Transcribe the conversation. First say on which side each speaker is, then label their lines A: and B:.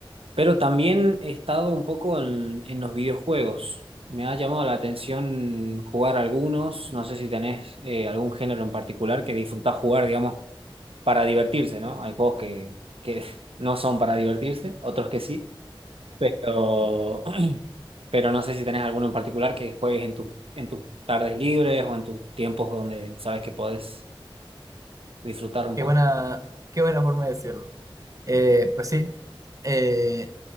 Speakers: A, on the right (about 90°); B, on the right (about 35°).
A: pero también he estado un poco en, en los videojuegos. Me ha llamado la atención jugar algunos, no sé si tenés eh, algún género en particular que disfrutás jugar, digamos, para divertirse, ¿no? Hay juegos que, que <laughs> no son para divertirse, otros que sí, pero, <clears throat> pero no sé si tenés alguno en particular que juegues en tus, en tus tardes libres o en tus tiempos donde sabes que podés disfrutar un
B: Qué
A: poco.
B: buena, qué buena forma de decirlo. Eh, pues sí, eh,